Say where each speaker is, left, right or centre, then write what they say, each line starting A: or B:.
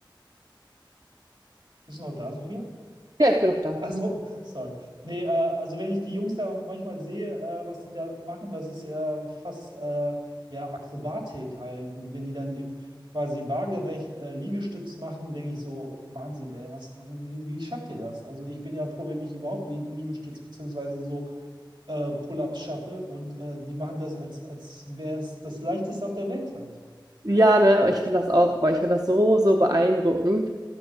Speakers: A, on the right; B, on the right.
A: bist du noch da, Sophia? <laughs>
B: Ja, ich bin auch da.
A: Also, sorry. Nee, äh, also wenn ich die Jungs da manchmal sehe, äh, was die da machen, das ist ja fast, äh, ja, Akrobatik halt. Und wenn die dann im quasi waagerecht äh, Liegestütz machen, denke ich so, Wahnsinn, ey, was, wie, wie schafft ihr das? Also ich bin ja froh, wenn ich überhaupt einen Lie- Liegestütz beziehungsweise so äh, Pull-ups schaffe und äh, die machen das, als, als wäre es das Leichteste auf der Welt halt.
B: Ja, ne, ich finde das auch, boah, ich finde das so, so beeindruckend.